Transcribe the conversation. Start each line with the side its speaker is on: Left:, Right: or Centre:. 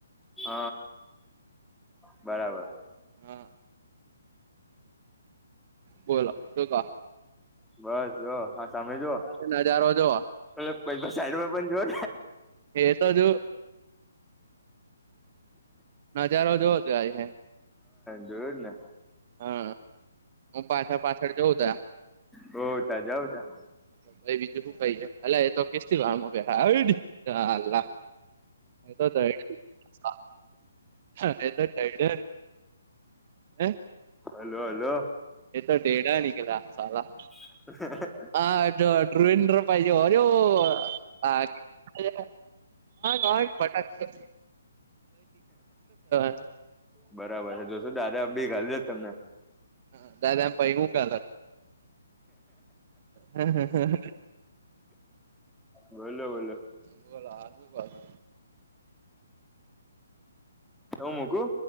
Centre: હ બરાબર.
Right: હા બોલો શું કો
Centre: બસ જો હા સામે જુઓ
Right: નજારો જોવો
Centre: પેલો ભઈબંધ સાઈડમાં પણ જોઓ
Right: એ તો જો નજારો જોવ જો આ હ
Centre: જોયુંજ ને
Right: હા હું પાછા પાછળ જોઉં
Centre: હોવ ત જાઉતા
Right: ભઈ બીજું શું કહી અ એ તો કેસ થી વાળમાં બેઠા હઈડ હ અલ્લાહ એ તો <inaudible> હા એ તોઈડ ને હે
Centre: હલો હલો
Right: યે તો ઢેડા નિકલા સાલા
Centre: <unintelligible>
Right: હા જો ડ્રાંઇન ડ્રાંઇન પાઇજો ઐરો આ ખે હ પટાકવા <unintelligible>
Centre: બરાબર છે જોજો દાદા અબી ગાલ દેત તમને.
Right: હ દાદા પઇ હું ગાલત હમ્મ હમ્મ
Centre: બોલો બોલો
Right: <inaudible> બોલો આ શું કો છો
Centre: હું મૂકું